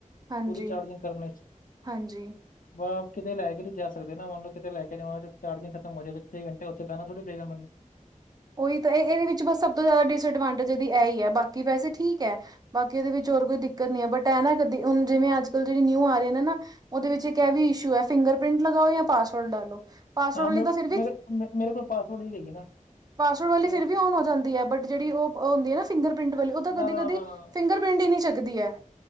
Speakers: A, on the right (about 30°); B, on the left (about 80°).
A: ਹਾਂਜੀ
B: ਪੂਰੀ ਚਾਰਜਿੰਗ ਕਰਨੇ 'ਚ।
A: ਹਾਂਜੀ
B: ਬਾਹਰ ਕਿਤੇ ਲੈ ਕੇ ਨੀ ਜਾ ਸਕਦੇ ਨਾ ਮੰਨ ਲਓ ਕਿਤੇ ਲੈ ਕੇ ਜਾਵਾ ਜੇ ਚਾਰਜਿੰਗ ਖਤਮ ਹੋ ਜਾਵੇ ਛੇ ਘੰਟੇ ਉ ਥੇ ਬਹਿਨਾ ਥੋੜ੍ਹੀ ਪਏਗਾ ਮੈਂਨੂੰ।
A: ਉਹੀ ਤਾਂ ਇਹ ਇਹਦੇ ਵਿੱਚ ਬਸ ਸਭ ਤੋਂ ਜ਼ਿਆਦਾ ਡਿਸਐਡਵਾਂਟੇਜ ਇਹਦੀ ਇਹ ਹੀ ਹੈ ਬਾਕੀ ਵੈਸੇ ਠੀਕ ਹੈ। ਬਾਕੀ ਇਹਦੇ ਵਿੱਚ ਹੋਰ ਕੋਈ ਦਿੱਕਤ ਨੀ ਹੈ ਬਟ ਐਂ ਨਾ ਕਦੀ ਹੁਣ ਜਿਵੇਂ ਅੱਜਕੱਲ ਜਿਹੜੀ ਨਿਊ ਆ ਰਹੀ ਹੈ ਨਾ ਉਹਦੇ ਵਿੱਚ ਇੱਕ ਇਹ ਵੀ ਇਸ਼ੂ ਹੈ ਫਿੰਗਰਪਿੰਟ ਲਗਾਓ ਜਾਂ ਪਾਸਵਰਡ ਡਾਲੋ। ਪਾਸਵਰਡ
B: ਹਾਂ
A: ਵਾਲੀ
B: ਮੇਰੇ
A: ਤਾਂ ਫਿਰ ਵੀ
B: ਮੇਰੇ ਮ ਮੇਰੇ ਕੋਲ ਪਾਸਵੋਰਡ ਨਹੀਂ ਹੈਗੀ ਨਾ।
A: ਪਾਸਵਰਡ ਵਾਲੀ
B: ਮੇਰੇ
A: ਫਿਰ ਵੀ ਆਨ ਹੋ ਜਾਂਦੀ ਹੈ ਬਟ ਜਿਹੜੀ ਉਹ ਹੁੰਦੀ ਹੈ ਨਾ ਫਿੰਗਰਪਿੰਟ ਵਾਲੀ ਉਹ ਤਾਂ ਕਦੀ
B: ਨਾ ਨਾ
A: ਕਦੇ
B: ਨਾ ਨਾ ਨਾ।
A: ਫਿੰਗਰਪਿੰਟ ਹੀ ਨਹੀਂ ਚੱਕਦੀ ਐ।